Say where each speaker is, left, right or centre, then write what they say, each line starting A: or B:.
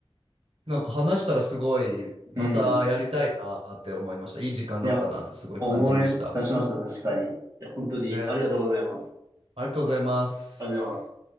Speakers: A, on the right; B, on the right.
A: なんか話したらすごい、またやりたいなって思いました。
B: うん。
A: いい時間だったなってすごい感じました。
B: いや、思い出しました、確かに。いや、本当にありがとうございます。
A: ね。ありがとうございます。
B: ありがとうございます。